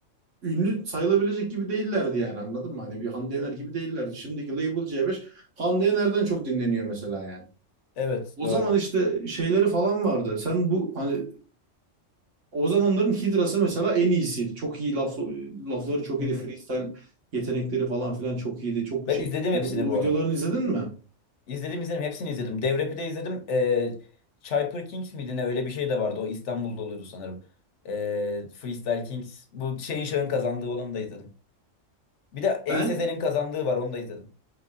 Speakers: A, on the right; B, on the left.
A: ünlü sayılabilecek gibi değillerdi yani anladın mı? Hani bir Hande Yener gibi değillerdi. Şimdiki Label C5 Hande Yener'den çok dinleniyor mesela yani.
B: Evet
A: O
B: doğru.
A: zaman işte şeyleri falan vardı. Sen bu hani O zamanların Hidra'sı mesela en iyisiydi. Çok iyi laf, lafları çok
B: Hı
A: iyiydi.
B: hı.
A: Freestyle yetenekleri falan filan çok iyiydi. Çok
B: Ben
A: şey.
B: izledim
A: O
B: hepsini bu
A: videolarını
B: arada.
A: izledin mi?
B: İzledim izledim hepsini izledim. Devrepi de izledim. Ee, Cyper Kings miydi ne öyle bir şey de vardı. O İstanbul'da oluyordu sanırım. Ee, Freestyle Kings. Bu şeyin şahın kazandığı olanı da izledim. Bir de Ace
A: Ben
B: Ezel'in kazandığı var onu da izledim.